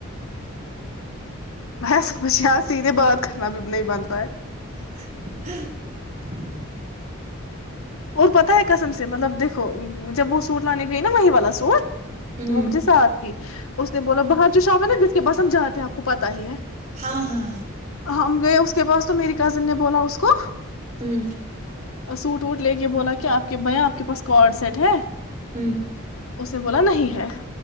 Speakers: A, on the left; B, on the right.
A: میں سمجھے سیدھے بعد کھانا بھی نہیں بن پا ہے
B: <unintelligible>
A: اور پتا ہے کسم سے مطلب دیکھو جب وہ سوٹ لانے گئی نا وہیں والا سوٹ
B: ہوں
A: وہ مجھے سار تھی اس نے بولا باہر جو شام ہے نا کے بس ہم جاتے ہیں آپ کو پتا ہی ہے
B: ہاں ہاں
A: ہم گئے اس کے پاس تو میری کزن نے بولا اس کو
B: ہوں
A: سوٹ وٹ لے کے بولا کہ آپ کے بھیا آپ کے پاس کڈ سیٹ ہے
B: ہوں
A: اس نے بولا نہیں ہے